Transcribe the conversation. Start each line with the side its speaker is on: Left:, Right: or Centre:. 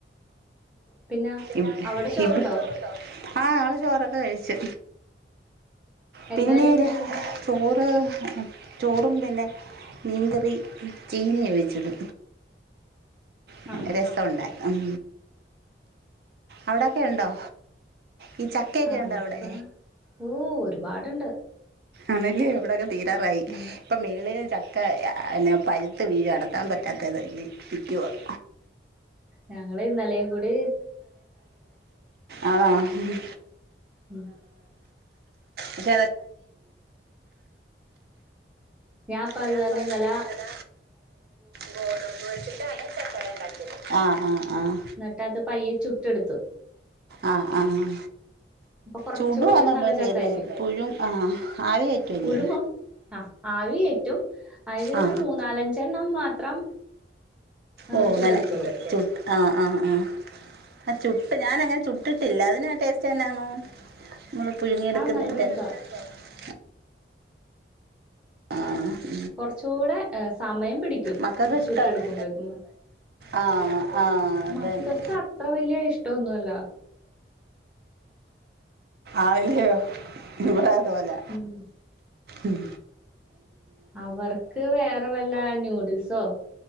Centre: പിന്നെ
Right: ഇബ്
Centre: അവിടെ ചോറുണ്ടോ?
Right: ഇബ് ആഹ് നാള് ചോറൊക്കെ കഴിച്ചു
Centre: എന്തായിരുന്നു
Right: പിന്നെര്
Centre: ഇന്ന്?
Right: ചോറ് ചോറും പിന്നെ മീങ്കറി ചീന വേവിച്ചത് പിന്നെ
Centre: ആഹ്
Right: രസമുണ്ടായി ഉം അവിടെക്കെ ഉണ്ടോ ഈ ചക്കയൊക്കെ
Centre: ആഹ്
Right: ഇണ്ട
Centre: ഇപ്പ
Right: അവിടെ
Centre: ഓ ഒരുപാടുണ്ട്.
Right: ആണല്ലേ എവിടെയൊക്കെ തീരാറായി
Centre: ഉം
Right: ഇപ്പം മേളും ചക്ക എന്നെ പരുത്ത് വീഴ അടക്കാൻ പറ്റാത്തത് വിൽക്കുവ <inaudible>
Centre: ഞങ്ങള് ഇന്നലെകൂടി
Right: ആണോ ആഹ്
Centre: ഉം
Right: <unintelligible>
Centre: അപ്പ
Right: ഞാൻ
Centre: അത് കാരണം
Right: പതു
Centre: ഇന്നലെ
Right: തന്നെ നല്ല ഗോതമ്പ് വെച്ചിട്ടാണ് ചക്കട ഉണ്ടാക്കിയത് ആഹ് ആഹ് ആഹ്
Centre: എന്നിട്ട് അത് പയ്യെ ചുട്ടെടുത്തു.
Right: ആഹ് ആഹ്
Centre: അപ്പൊ കുറച്ചുകൂടെ
Right: ചൂടുവാന്നോ
Centre: നല്ല
Right: ങ്ങൾ ചെയ്യുന്നെ
Centre: രസായിരിക്കും.
Right: എപ്പോഴും ആഹ് ആവിയേറ്റു അല്ലേ
Centre: പുഴുങ്ങും ആഹ് ആവിയേറ്റും അതിലരു
Right: ആ ആ
Centre: മൂന്നാലഞ്ചെണ്ണം മാത്രം ഏഹ്
Right: ഓഹ്
Centre: ചുട്ടെടുത്തോളൂ
Right: ങ്ങനെ ചുട്ട് ആഹ് ആഹ് ആഹ് ആഹ് ചുട്ട് ഞാനങ്ങനെ ചുട്ടിട്ടില്ല അതിന്ന് ടേസ്റ്റ് തന്നെയാണോ നമ്മള് പുഴുങ്ങിയ എടുക്കുന്നതിന്റെ
Centre: അത് നല്ല രസാ
Right: ട്ടട്ടോ ആഹ്
Centre: കുറച്ചുകൂടെ സമയം പിടിക്ക ക്യും
Right: മക്കൾക്ക് ഇഷ്ടമാണ്
Centre: ചുട്ടെടുക്കുമ്പോക്കുമ്പ
Right: ആ ആ അത്
Centre: മക്കൾക്ക്
Right: തന്നെ
Centre: അത്ര വലിയ ഇഷ്ട ട്ടൊന്നുമല്ല
Right: ആവല്യു ഇവാടായതുപോലെ
Centre: ഉം
Right: ഉം
Centre: അവർക്ക് വേറെ വല്ല നൂഡിൽസോ